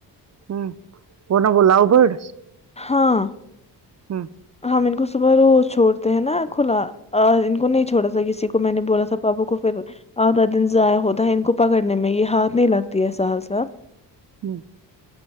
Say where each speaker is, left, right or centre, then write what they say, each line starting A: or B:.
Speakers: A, on the right (about 40°); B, on the left (about 15°).
A: ہ وہنا بلاو بڑ <unintelligible>
B: ہاں
A: ہاں <unintelligible>
B: ہم ان کو صبح روز چھوڑتے ہیں نا کھلا ان کو نہیں چھوڑا س کسی کو میں نے بولا تھا پابو کو پھر آدھا دن سے ضائع ہوتا ہے ان کو پکڑنے میں یہ ہاتھ نہیں لگتی ہے سہر سل <unintelligible>
A: ہوں <unintelligible>